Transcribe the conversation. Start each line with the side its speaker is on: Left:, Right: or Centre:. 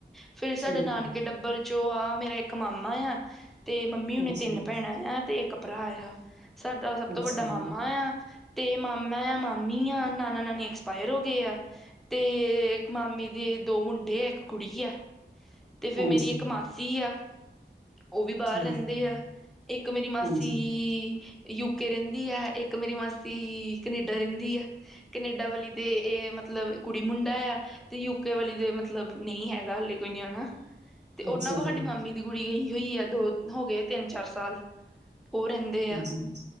Centre: ਫਿਰ ਸਾਡੇ
Right: ਠੀਕ
Centre: ਨਾਨਕੇ
Right: ਹੈ,
Centre: ਟੱਬਰ ਚੋਂ ਆ ਮੇਰਾ ਇੱਕ ਮਾਮਾ ਏ ਆ ਤੇ ਮੰਮੀ ਹੁਣੇ
Right: ਅੱਛਾ
Centre: ਤਿੰਨ
Right: ਜੀ,
Centre: ਭੈਣਾਂ ਆ ਤੇ ਇੱਕ ਭਰਾ ਆ ਸਾਡਾ ਸਭ
Right: ਅੱਛਾ
Centre: ਤੋਂ ਵੱਡਾ ਮਾਮਾ
Right: ਜੀ,
Centre: ਏ ਆ ਤੇ ਮਾਮਾ ਆ ਮਾਮੀ ਆ ਨਾਨਾ, ਨਾਨੀ ਐਕਸਪਾਇਰ ਹੋ ਗਏ ਆ ਤੇ ਮਾਮੇ ਦੇ ਦੋ ਮੁੰਡੇ ਆ ਇੱਕ ਕੁੜੀ ਆ ਤੇ ਫਿਰ
Right: ਹਾਂਜੀ,
Centre: ਮੇਰੀ ਇੱਕ ਮਾਸੀ ਆ ਉਹ ਵੀ ਬਾਹਰ
Right: ਠੀਕ
Centre: ਰਹਿੰਦੇ
Right: ਹੈ,
Centre: ਆ ਇੱਕ ਮੇਰੀ ਮਾਸੀ
Right: ਹਾਂਜੀ,
Centre: ਯੂਕੇ ਰਹਿੰਦੀ ਆ ਇੱਕ ਮੇਰੀ ਮਾਸੀ ਕਨੇਡਾ ਰਹਿੰਦੀ ਆ ਕਨੇਡਾ ਵਾਲੀ ਦੇ ਇਹ ਮਤਲਬ ਕੁੜੀ ਮੁੰਡਾ ਆ ਤੇ ਯੂਕੇ ਵਾਲੀ ਦੇ ਮਤਲਬ ਨਹੀਂ ਹੈਗਾ ਹਾਲੇ ਕੋਈ ਨਿਆਣਾ ਤੇ ਉਹਨਾਂ
Right: ਅੱਛਾ
Centre: ਕੋਲ
Right: ਜੀ,
Centre: ਸਾਡੀ ਮਾਮੀ ਦੀ ਕੁੜੀ ਗਈ ਹੋਈ ਆ ਦੋ ਹੋ ਗਏ ਤਿੰਨ ਚਾਰ ਸਾਲ ਉਹ ਰਹਿੰਦੀ ਦੇ
Right: ਹਾਂਜੀ,
Centre: ਆ